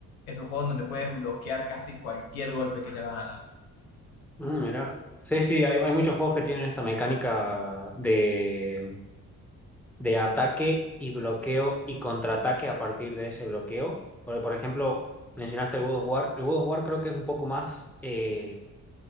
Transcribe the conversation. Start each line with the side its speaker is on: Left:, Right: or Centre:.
Left: es un juego donde puedes bloquear casi cualquier golpe que te van a dar.
Centre: Mm, mira. Sí, sí, hay, hay muchos juegos que tienen esta mecánica de de ataque y bloqueo y contraataque a partir de ese bloqueo. Porque, por ejemplo, mencionaste el God of War. El God of War creo que es un poco más eh,